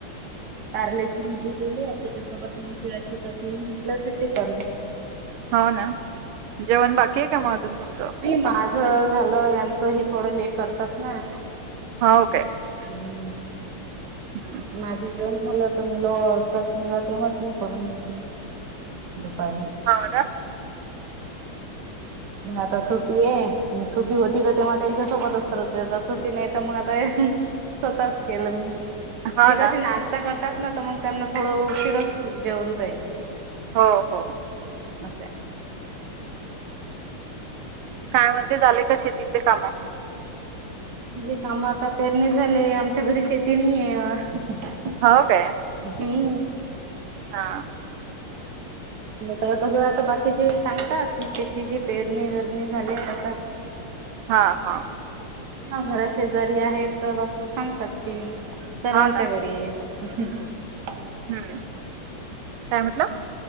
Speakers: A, on the right; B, on the right.
A: कारल्याची भाजी केली आहे त्याच्यासोबत मग तिळाची चकणी म्हटलं ते करून
B: हो ना जेवण बाकी आहे का मग अजून तुमचं
A: नाही झालं यांचं हे थोडं लेट करतात ना
B: हो काय
A: हम्म
B: हम्म.
A: माझं जेवण झालं तर मुल करतील तेव्हाच मी करून घे दुपारी
B: हो ना
A: नाही आता सुटी आहे सुट्टी होती तर तेव्हा त्यांच्या सोबत असत सुट्टी नाही तर मग आता स्वतःच केलं
B: हा
A: मी कशी
B: ना
A: नाश्ता करतात ना तर मग त्यांना थोडं उशिरा जेवण पाहिजे
B: हो हो
A: मता
B: काय म्हणते झालेय का शेतीतले काम
A: तुझे काम आता पेरणे झालेय आमच्या घरी शेती नाहीय हम्म
B: हो काय हा
A: त आता बाकीचे सांगतात की शेती ज पेरणी वेरणी झाले का
B: हा हा
A: ह घरा शेजारी आहे तर बघ सांगतात ती सर्वांच्या
B: हो ना
A: घरी आहे <inaudible>
B: हम्म काय म्हटलं